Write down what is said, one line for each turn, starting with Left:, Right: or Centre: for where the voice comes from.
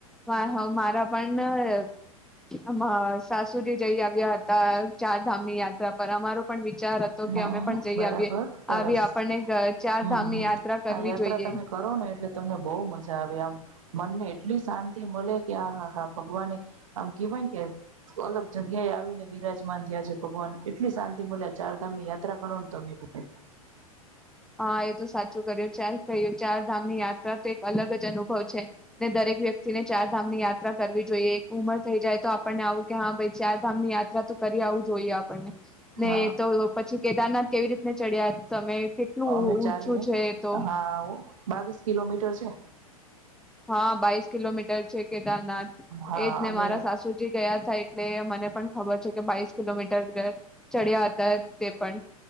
Centre: મારા હ-મારા પણ એમા સાસુજી જઈ આવ્યા હતા ચાર ધામની યાત્રા પર અમારો પણ વિ વિચાર હતો
Right: હા
Centre: કે અમે પણ જઈ
Right: બરાબર
Centre: આવીએ
Right: સરસ
Centre: આવી આપણને ચાર
Right: હમ
Centre: ધામની
Right: હમ
Centre: યાત્રા કરવી
Right: આ યાત્રા
Centre: જોઈએ.
Right: તમે કરો ને એટલે તમને બહુ મજા આવે આમ, મનને એટલી શાંતિ મળે કે આહા હા ભગવાન આમ કેહેવાય કે અલગ જગ્યાએ આવીને બિરાજમાન થયા છે ભગવાન એટલી શાંતિ મળે છે. ચાર ધામ યાત્રા કરો ને તમે પણ.
Centre: હા, એ તો સાચું કર્યું ચાર કહ્યું ચાર ધામની યાત્રા તો એક અલગ જ અનુભવ છે. ને દરેક વ્યક્તિને ચાર સામી યાત ત્રા કરવી જોઈએ એક ઉમર થઈ જાય તો આપણને આવું કે હા, ભાઈ ચારધામ ની યાત્રા તો કરી આવું જોઈએ આપણને નહીં
Right: હા
Centre: તો લો કેદારનાથ કેવી રીતે ને ચડ્યા તમે ઊંચું
Right: અમે ચાલીએજ,
Centre: છે એ તો
Right: હા આવો બાવીસ કિલોમીટર આછા
Centre: હા, બાઇસ કિલોમીટર છે. કેદારનાથ
Right: હા
Centre: એજ ને
Right: અમે
Centre: મારા સાસુજી ગયા થા એટલે મને પણ ખબર છે કે બાવસ કિલોમીટર <unintelligible> ચડ્યા હતા તે પણ